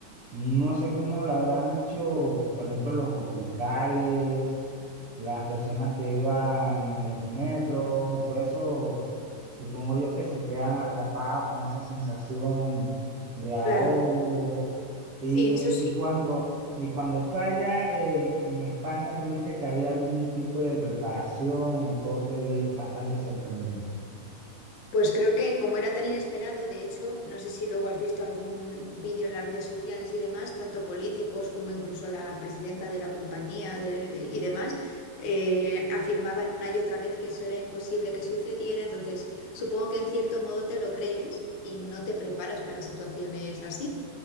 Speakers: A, on the right; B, on the left.
A: No sé cómo lo habrán hecho, por ejemplo, los hospitales, las personas que iban en los metros y todo eso, supongo yo que se quedan atrapados con esa sensación de ahogo.
B: Claro,
A: Y,
B: sí, eso sí.
A: y cuando, y cuando falla en, en España, ¿tuviste que había algún tipo de preparación o todo fue bien- bastante sorprendente?
B: Pues creo que como era tan inesperado, de hecho, no sé si luego has visto algún vídeo en las redes sociales y demás, tanto políticos como incluso la presidenta de la compañía de- y demás, eh, afirmaban una y otra vez que eso era imposible que sucediera. Entonces, supongo que en cierto modo te lo crees y no te preparas para situaciones así.